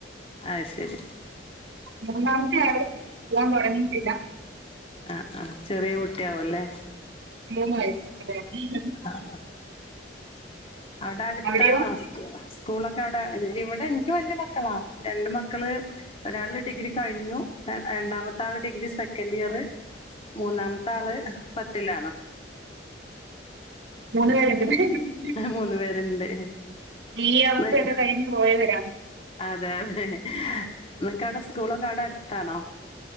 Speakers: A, on the left (about 30°); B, on the right (about 70°).
A: അത് ശരി
B: മൂന്നാമത്തെയാള് പുവ്വാൻ തൊടങ്ങിട്ടില്ല
A: ആഹ് ആഹ് ചെറിയ കുട്ടിയാവുല്ലേ
B: മൂന്ന് വയസ്സ് അതെ ഉം
A: ആഹ് അവടെ അടുത്താണോ
B: അവിടെയോ
A: സ്കൂളൊക്കെ അവടെ ഇവിടെ ഇൻക്ക് വല്യ മക്കളാ രണ്ട് മക്കള് ഒരാള് ഡിഗ്രി കഴിഞ്ഞു രണ്ടാമത്തെ ആള് ഡിഗ്രി സെക്കൻഡ് ഇയർ മൂന്നാമത്തെ ആള് പത്തിലാണ്
B: മൂന്നുപേര്ണ്ട് ഹ്
A: മൂന്നു പേരുണ്ട്
B: ഈ അവസ്ഥ
A: അതെ
B: ഒക്കെ കഴിഞ്ഞ് പോയവരാ
A: അതെ യതെ നിങ്ങൾക്ക് സ്കൂളൊക്കെ അവടെ അടുത്താണോ